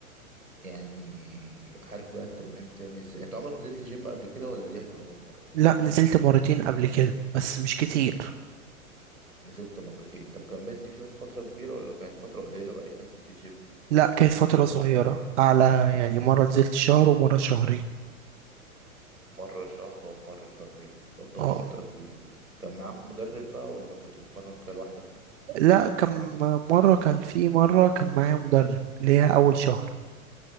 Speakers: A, on the right; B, on the right.
A: يعني عارف بقى التمرين بتعمل ازاي انت عمرك نزلت جيم قبل كده ولا دي هتبقى اول مره
B: لا نزلت مرتين قبل كده بس مش كتير
A: نزلت مرتين طب كملت فيهم فتره كبيره ولا كانت فتره قليله بعد كده سبت الجيم
B: لا كانت فترة صغيرة على يعني مرة نزلت شهر ومرة شهرين
A: مره شهر ومره شهرين برضه
B: اه
A: مش فتره طويله كان معاك مدرب بقى ولا كنت بتتمرن كده لوحدك
B: لا كم مرة كان في مرة كان معايا مدرب اللي هي أول شهر